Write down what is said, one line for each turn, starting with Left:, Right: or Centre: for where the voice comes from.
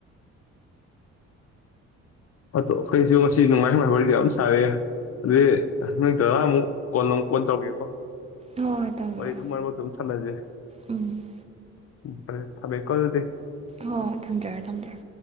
Left: ꯑꯗꯣ ꯑꯩꯈꯣꯏꯁꯨ ꯉꯁꯤ ꯅꯨꯡꯉꯥꯏ ꯅꯨꯡꯉꯥꯏꯕ ꯋꯥꯔꯤ ꯌꯥꯝ ꯁꯥꯔꯑꯦ ꯑꯗꯨꯗꯤ ꯅꯪ ꯗꯥꯗꯥ ꯑꯃꯨꯛ ꯀꯣꯟ ꯅꯑꯃꯨꯛ ꯀꯣꯟ ꯇꯧꯔꯒꯦꯀꯣ꯫
Right: ꯍꯣꯏ ꯍꯣꯏ ꯇꯧꯕꯤꯔꯣ
Left: ꯋꯥꯔꯤ ꯑꯗꯨ ꯃꯔ ꯃꯔꯛꯇ ꯑꯗꯨꯝ ꯁꯥꯟꯅꯖꯦ
Right: ꯎꯝ
Left: ꯎ ꯐꯔꯦ ꯊꯝꯃꯦꯀꯣ ꯑꯗꯨꯗꯗꯤ
Right: ꯍꯣꯏ ꯊꯝꯖꯔꯣ ꯊꯝꯖꯔꯣ꯫